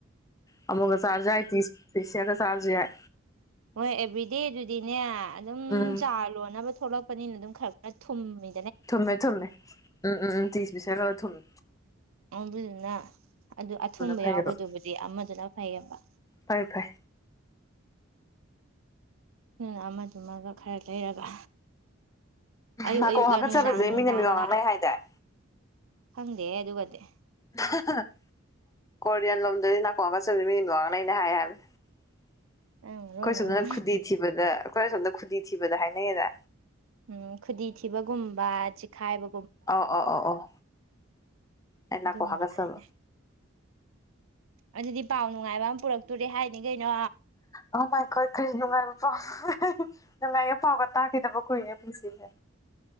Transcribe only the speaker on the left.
ꯑꯃꯒ ꯆꯥꯖ ꯍꯥꯏꯁ ꯑꯗ ꯆꯔꯖ
ꯎꯝ
ꯊꯃꯦ ꯊꯨꯝꯃꯦ ꯎꯝ ꯎꯝꯝ ꯇꯤꯁ ꯁ ꯂ ꯊꯃꯦ
ꯐꯩꯌꯦꯕ
ꯐꯩ ꯐꯩ
ꯅꯥꯀꯣꯡ
ꯍꯥꯀꯠꯆꯕꯁꯦ
ꯃꯤꯅ ꯃꯤꯋꯥ ꯉꯥꯡꯅꯩ ꯍꯥꯏꯗꯥꯏ
<unintelligible> ꯀꯣꯔꯤꯌꯥꯟ ꯂꯣꯝꯗꯗꯤ ꯅꯥꯀꯣꯡꯒꯉ ꯆꯁ ꯃꯤꯗꯣ ꯉꯅ ꯑꯩꯅ ꯍꯥꯏ ꯍꯥꯏꯕꯅꯦ ꯑꯩꯈꯣꯏ
ꯁꯣꯝꯗꯅꯉ
ꯈꯨꯗꯤ ꯊꯤꯕꯗ ꯑꯩꯈꯣꯏ ꯁꯣꯝꯗ ꯈꯨꯗꯤ ꯊꯤꯕꯗ ꯍꯥꯏꯅꯩꯌꯦꯗꯥ
ꯑꯧ ꯑꯧ ꯑꯧ ꯑꯩ ꯅꯥꯀꯣꯡ
ꯍꯥꯀꯠꯆꯕ
ꯑꯣ ꯃꯥꯏ ꯒꯣꯠ ꯀꯔꯤ ꯅꯨꯡꯉꯥꯏꯕ ꯄꯥꯎ ꯅ ꯂꯥꯏꯒ ꯄꯥꯎꯒ ꯇꯥꯈꯤꯗꯕ ꯀꯨꯏꯔꯦ ꯄꯨꯟꯁꯤꯅꯦ